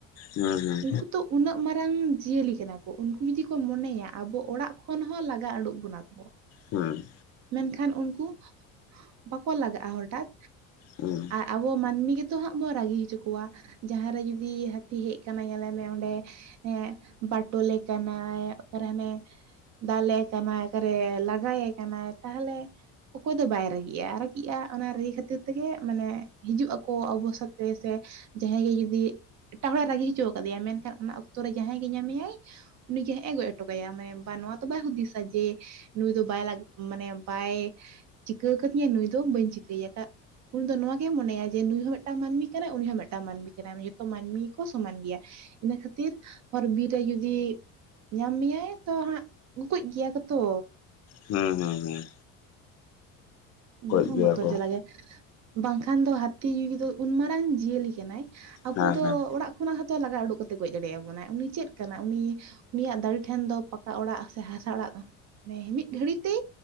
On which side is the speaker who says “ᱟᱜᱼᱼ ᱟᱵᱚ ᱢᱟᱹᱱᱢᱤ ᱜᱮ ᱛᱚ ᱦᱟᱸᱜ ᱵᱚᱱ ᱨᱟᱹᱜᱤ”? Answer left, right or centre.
Right